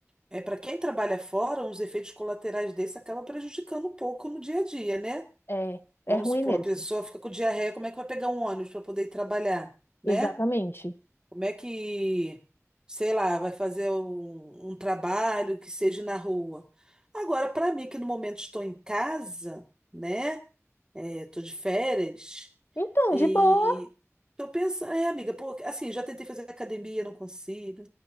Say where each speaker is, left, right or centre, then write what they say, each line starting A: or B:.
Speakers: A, on the right; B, on the left.
A: É para quem trabalha fora, os efeitos colaterais desse acaba prejudicando um pouco no dia a dia, né?
B: É,
A: Vamos
B: é ruim
A: supor,
B: mesmo.
A: a pessoa fica com diarreia, como é que vai pegar um ônibus para poder ir trabalhar, né?
B: Exatamente.
A: Como é que, sei lá, vai fazer um, um trabalho que seja na rua? Agora, para mim, que no momento estou em casa, né? estou de férias
B: Então,
A: e
B: de boa.
A: eu penso, é, amiga, pô, assim, já tentei fazer academia, não consigo.